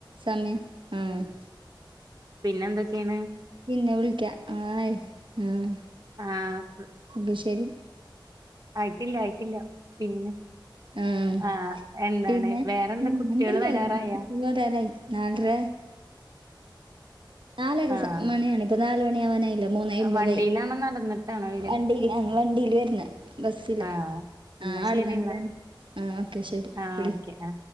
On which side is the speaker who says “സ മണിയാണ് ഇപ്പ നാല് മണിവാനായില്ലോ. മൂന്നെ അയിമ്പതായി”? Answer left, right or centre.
Right